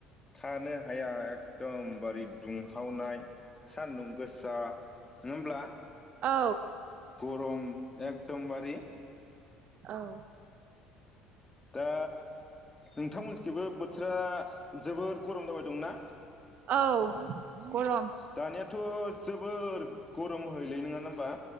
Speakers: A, on the left (about 20°); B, on the right (about 55°).
A: थानो हाया एकदमबारे दुंहावनाय सानदुं गोसा नङा होमब्ला?
B: औ
A: गरम एकदमबारि
B: औ
A: दा नोंथांमोनखेबो बोथोरा जोबोर गरम जाबाय दंना?
B: औ। गरम
A: दानियाथ' जोबोर गरम होलाय नङा ना होमबा।